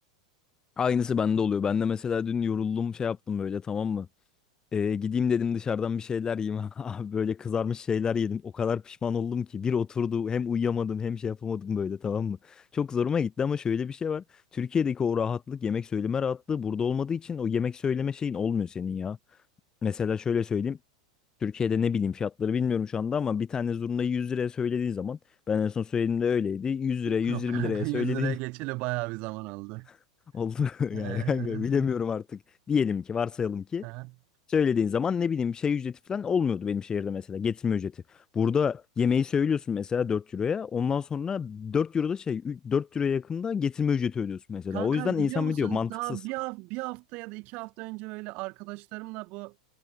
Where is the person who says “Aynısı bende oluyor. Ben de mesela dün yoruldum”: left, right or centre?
Left